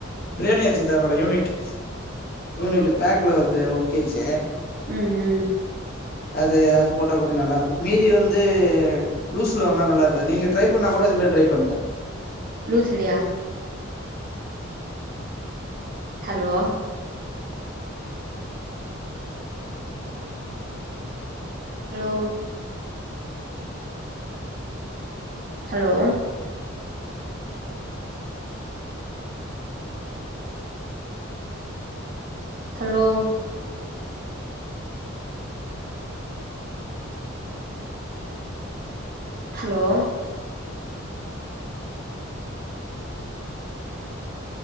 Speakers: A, on the left; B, on the right.
A: பிரியாணி அரிசிதா மேடம் யூனிட் யூனிட்
B: ஓ
A: பேக்ல வருதே ஒன் கேஜி
B: ம் ம்
A: அது அது போட்டா கொஞ்ச நல்லா இருக்கூ மீதி வந்து லூஸ்ல வாங்குனா நல்லா இருக்காது நீங்க ட்ரை பண்ணா கூட இது மாரி ட்ரை பண்ணுங்க
B: லூஸ்லியா hello hello hello hello hello